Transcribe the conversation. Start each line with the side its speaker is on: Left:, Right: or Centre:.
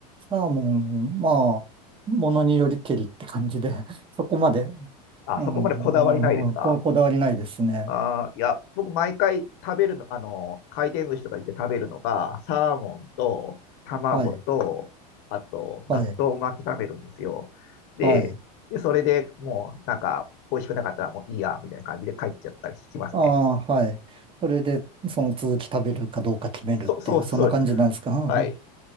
Right: サーモン、まあ、ものによりけりって感じで、<laughs> そこまで、
Left: あ、
Right: うん、
Left: そこまでこだわりないですか
Right: うん、こ、こだわりないですね。
Left: あー、いや、僕毎回食べるの、あの、回転寿司とか行って食べるのが、サーモンと卵と、
Right: はい、
Left: あと、
Right: はい、
Left: 納豆巻き食べるんですよ。で、
Right: はい。
Left: で、それでもう、なんか、美味しくなかったらもういいや、みたいな感じで帰っちゃったりしますね。
Right: ああ、はい。それで、その続き食べるかどうか決めるっていう、
Left: そ、そう、
Right: そんな感じなんですか。
Left: そうですね。はい。
Right: うん